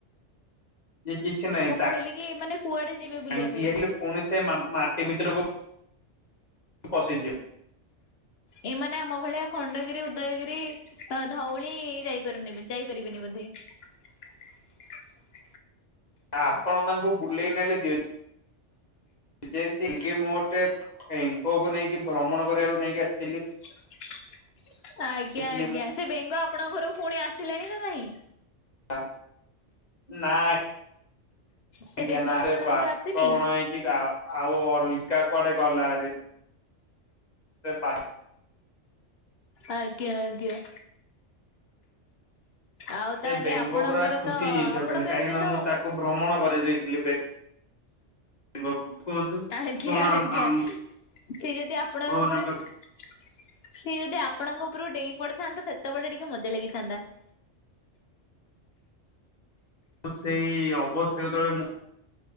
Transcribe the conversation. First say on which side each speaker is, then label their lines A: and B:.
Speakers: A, on the left; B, on the left.
A: ଇ କିଛି ନାହିଁ
B: ମୁଁ କହିଲି କି ଏମାନେ କୁଆଡେ ଯିବେ ବୁଲିବା
A: <unintelligible>
B: ପାଇଁ?
A: ପୁଣି ସେ ମାଟି ଭିତରକୁ ପସିଛି।
B: ଏମାନେ ଆମ ଭଳିଆ ଖଣ୍ଡଗିରି ଉଦୟଗିରି ଧଉଳି ଯାଇପାରୁନି ଯାଇପାରିବେନି ବୋଧେ। <unintelligible>
A: ନା ଆପଣ ତାଙ୍କୁ ବୁଲେଇ ନେଲେ ଯିବେ। ଯେମିତି କି ମୁଁ ଗୋଟେ ଏଙ୍କଅକୁ ନେଇକି ଭ୍ରମଣ କରିବାକୁ ନେଇକି ଆସିଥିଲି
B: <inaudible> ଆଜ୍ଞା
A: ଥିଲି
B: ଆଜ୍ଞା
A: ମୁଁ
B: ସେ ବେଙ୍ଗ ଆପଣଙ୍କ ଘରକୁ ପୁଣି ଆସିଲାଣି ନା ନାଇଁ?
A: ଆ ନାଇଁ
B: ସେ
A: ଆଜ୍ଞା
B: ବେଙ୍ଗ
A: ନା
B: ଆପଣଙ୍କ
A: ବାଟ
B: ଘରୁ ଆସିନି?
A: ବଣା ହେଇକି ଆଉ ଅ କା କୁଆଡେ ଗଲାହାରି ପା
B: ଆଜ୍ଞା ଆଜ୍ଞା। ଆଉ
A: ସେ
B: ତାହେଲେ
A: ବେଙ୍ଗ
B: ଆପଣଙ୍କର
A: ପୁରା ଖୁସି
B: ତ
A: ହେଇଯାଇଥିବ
B: ଆପଣଙ୍କୁ
A: କାଲି କାହିଁକି
B: ଏବେ
A: ନା
B: ତ
A: ମୁଁ
B: <inaudible>
A: ତାକୁ ଭ୍ରମଣ କରେଇ ଦେଇଥିଲି <unintelligible> କୁହନ୍ତୁ
B: ଆଜ୍ଞା
A: କଣ ଆମ
B: ଆଜ୍ଞା
A: ଆମ
B: ସେ ଯଦି ଆପଣଙ୍କ
A: ମାନଙ୍କର
B: ଉପରେ ସିଏ ଯଦି ଆପଣଙ୍କ ଉପରୁ ଡେଇଁ ପଡିଥାନ୍ତା ସେତେବେଳେ ଟିକେ ମଜା ଲାଗିଥାନ୍ତା। <inaudible>
A: ସେଇ ଅବସ୍ଥାରେ ଯେତେବେଳେ ମୁଁ